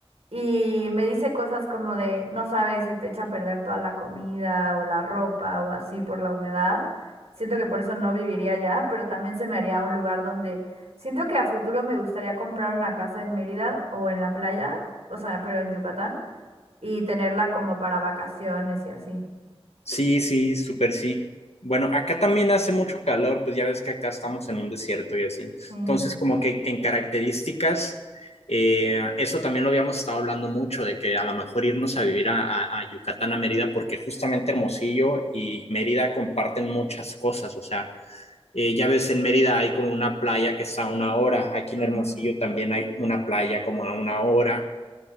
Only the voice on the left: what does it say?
Sí, sí, súper sí. Bueno, acá también hace mucho calor, pues ya ves que acá estamos en un desierto y así.
Entonces, como que en características, eh, eso también lo habíamos estado hablando mucho, de que a lo mejor irnos a vivir a, a- a Yucatán, a Mérida, porque justamente Hermosillo y Mérida comparten muchas cosas. O sea, eh, ya ves, en Mérida hay como una playa que está a una hora, aquí
en Hermosillo también hay una playa como a una hora.